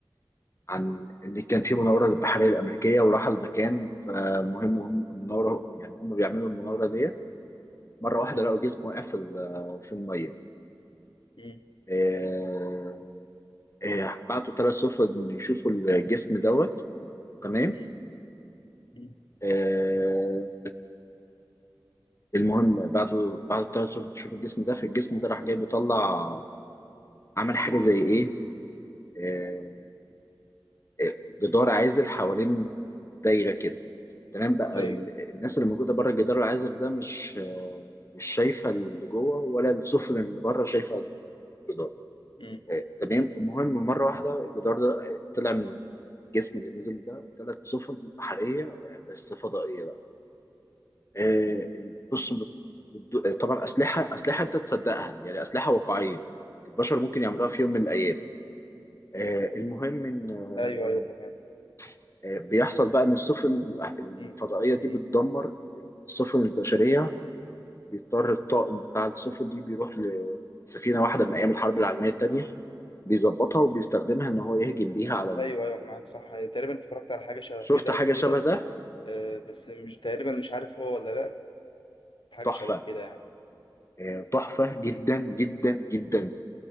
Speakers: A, on the left; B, on the left.
A: عن ان كان في مناوره للبحريه الامريكيه وراح المكان فمهم هم المناوره يعني هم بيعملوا المناوره دي مره واحده لقوا جسم واقع في ال- آه، في الميه
B: مم.
A: آه، آه، بعتوا ثلاث سفن يشوفوا الجسم دوت تمام
B: مم. مم.
A: آه، المهم بعتوا بعتوا ثلاث سفن يشوفوا الجسم ده فالجسم ده راح جاي بيطلع عمل حاجه زي ايه
B: مم.
A: آه، آه، جدار عازل حوالين دايره كده تمام بقى
B: ايوه
A: ال- الناس اللي موجوده بره الجدار العازل ده مش آه، مش شايفه اللي جوه ولا السفن اللي بره شايفه الجدار
B: مم.
A: آه، تمام المهم مرة واحدة الجدار ده آه، طلع من الجسم اللي نزل ده ثلاث سفن بحرية آه، بس فضائية بقى آه، بص بت- بتدو- آه، طبعا أسلحة أسلحة أنت تصدقها يعني أسلحة واقعية البشر ممكن يعملوها
B: مم.
A: في يوم من الأيام آه، المهم إن آه،
B: ايوه ايوه تمام
A: آه، بيحصل بقى إن السفن الفضائية
B: امم
A: دي
B: امم
A: بتدمر السفن البشرية بيضطر الطاقم بتاع السفن دي بيروح لسفينة واحدة من أيام الحرب العالمية التانية بيظبطها وبيستخدمها ان هو يهجم بيها على
B: ايوه ايوه معاك صح تقريبا اتفرجت على حاجه شبه
A: شفت
B: كده
A: حاجة
B: قبل
A: شبه
B: كده
A: ده
B: آه، بس مش تقريبا مش عارف هو ولا لا حاجه
A: تحفة
B: شبه كده يعني
A: آه، تحفة جدا
B: امم
A: جدا جدا